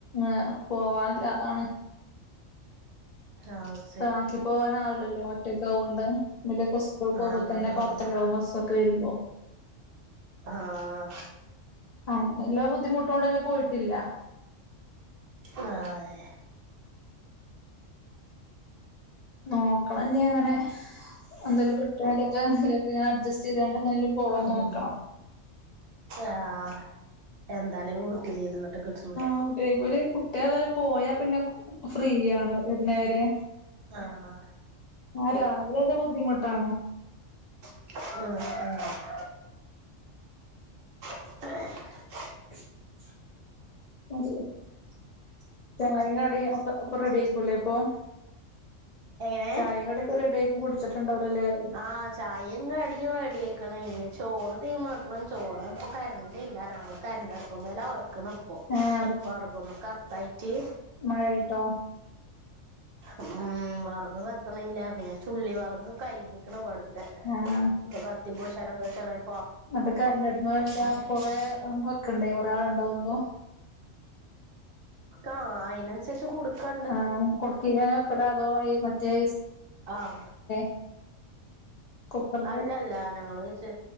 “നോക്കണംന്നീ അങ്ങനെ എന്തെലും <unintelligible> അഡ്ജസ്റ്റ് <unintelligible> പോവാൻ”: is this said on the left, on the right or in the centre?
Left